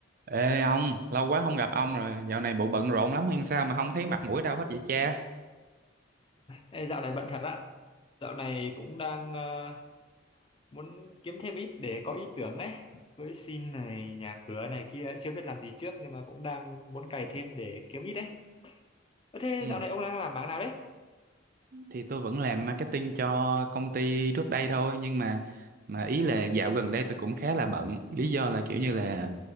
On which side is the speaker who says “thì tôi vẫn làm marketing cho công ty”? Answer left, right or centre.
Right